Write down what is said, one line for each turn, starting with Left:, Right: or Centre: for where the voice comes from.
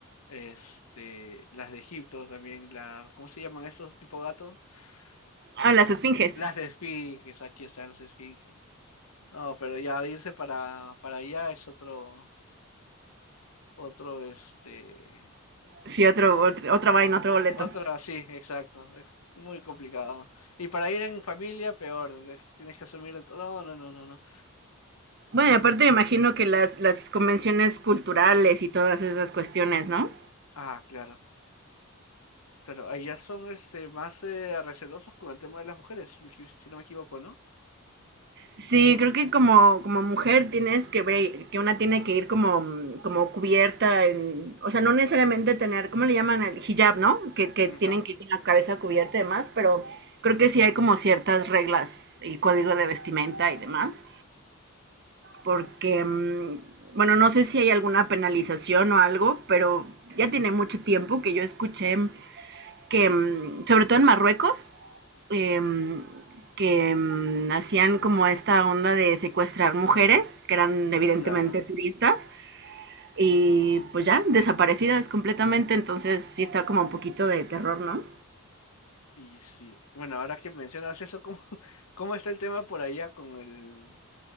Left: Este, las de Egipto también, las, ¿cómo se llaman estos tipo gatos? Ah,
Right: Ah, las esfinges.
Left: las de esfinges, aquí están las esfinges. No, pero ya irse para, para allá es otro, otro, este,
Right: Sí, otro, otro- otra vaina, otro boleto.
Left: Otra, sí, exacto. Es muy complicado. Y para ir en familia, peor. de- Tienes que asumir de todo. No, no, no, no, no.
Right: Bueno, aparte me imagino que las, las convenciones culturales y todas esas cuestiones, ¿no?
Left: Ah, claro. Claro, allá son este más eh, recelosos con el tema de las mujeres, me equi- si no me equivoco, ¿no?
Right: Sí, creo que como, como mujer tienes que ver, que una tiene que ir como, mm, como cubierta, en, o sea, no necesariamente tener, ¿cómo le llaman? El hijab, ¿no? Que, que
Left: Ajá.
Right: tienen que ir con la cabeza cubierta y demás, pero creo que sí hay como ciertas reglas y código de vestimenta y demás, porque, mm, bueno, no sé si hay alguna penalización o algo, pero ya tiene mucho tiempo que yo escuché que, mm, sobre todo en Marruecos, em, que mm, hacían como esta onda de secuestrar mujeres, que eran evidentemente
Left: Claro.
Right: turistas, y pues ya, desaparecidas completamente, entonces sí está como un poquito de terror, ¿no?
Left: Y sí. Bueno, ahora que mencionas eso, ¿cómo, <laughs> cómo está el tema por allá con el